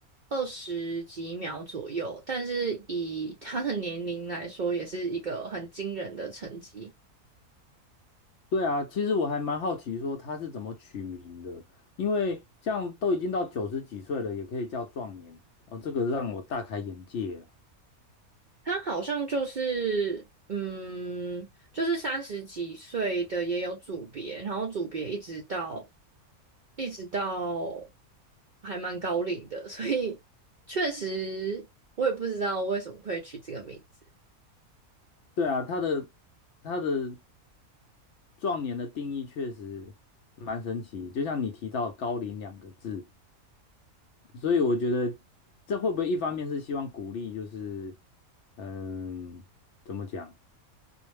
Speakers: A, on the right; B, on the left.
A: 二十几秒左右，但是以她的年龄来说，也是一个很惊人的成绩。
B: 对啊，其实我还蛮好奇说他是怎么取名的，因为像都已经到九十几岁了，也可以叫壮年哦，这个让我大开眼界啊。
A: 他好像就是，嗯，就是三十几岁的也有组别，然后组别一直到一直到还蛮高龄的，<laughs> 所以确实我也不知道为什么会取这个名字。
B: 对啊，他的他的壮年的定义确实蛮神奇，就像你提到高龄两个字，所以我觉得这会不会一方面是希望鼓励，就是嗯，怎么讲，